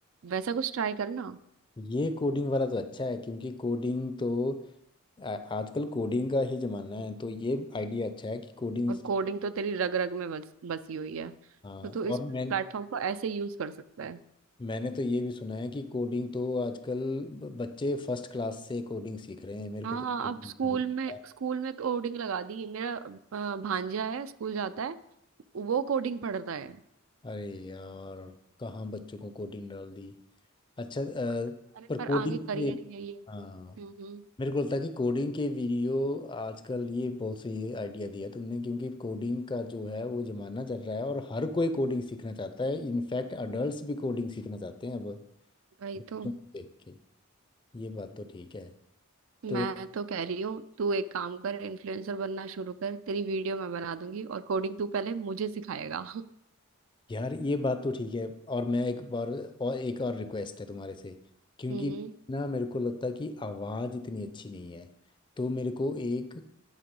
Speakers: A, on the right (about 70°); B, on the left (about 25°).
A: वैसा कुछ ट्राई करना
B: ये कोडिंग वाला तो अच्छा है क्योंकि कोडिंग तो आ- आजकल कोडिंग का ही ज़माना है तो ये आइडिया अच्छा है कि कोडिंग
A: और कोडिंग तो तेरी रग रग में बस बसी हुई है
B: हाँ
A: तो तू इस
B: और मैं
A: प्लेटफॉर्म को ऐसे यूज कर सकता है
B: मैंने तो ये भी सुना है कि कोडिंग तो आजकल ब- बच्चे फर्स्ट क्लास से कोडिंग सीख रहे हैं मेरे
A: हाँ
B: को तो
A: हाँ
B: कोडिंग
A: अब स्कूल
B: सुनने को
A: में
B: मिला।
A: स्कूल में कोडिंग लगा दी मेरा अ, भांजा है स्कूल जाता है वो कोडिंग पढ़ता है
B: अरे यार कहाँ बच्चों को कोडिंग डाल दी अच्छा अ,
A: पर- अरे
B: पर
A: पर
B: कोडिंग
A: आगे करियर
B: के
A: ही है ये
B: हाँ
A: हम्म हम्म
B: मेरे को लगता है कि कोडिंग के वीडियो आजकल ये बहुत सही आइडिया दिया तुमने क्योंकि कोडिंग का जो है वो जमाना चल रहा है और हर कोई कोडिंग सीखना चाहता है इनफैक्ट अडल्ट्स भी कोडिंग सीखना चाहते हैं अब
A: वही
B: बच्चों
A: तो
B: को देख के ये बात तो ठीक है
A: मैं
B: तो
A: तो कह रही हूँ तू एक काम कर इन्फ्लुएंसर बनना शुरू कर तेरी वीडियो मैं बना दूंगी और कोडिंग तू पहले मुझे सिखाएगा
B: यार ये बात तो ठीक है और मैं एक बार और एक और रिक्वेस्ट है तुम्हारे से क्योंकि
A: <laughs> हम्म
B: ना मेरे को लगता है कि आवाज़ इतनी अच्छी नहीं है तो मेरे को एक अ,